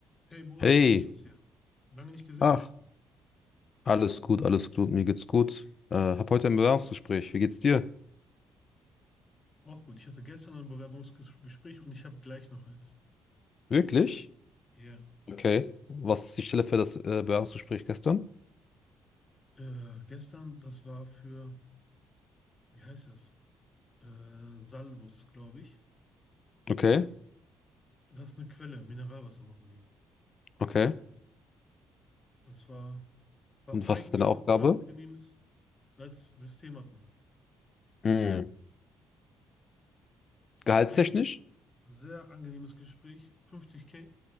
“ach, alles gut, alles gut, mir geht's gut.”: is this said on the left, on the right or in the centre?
Left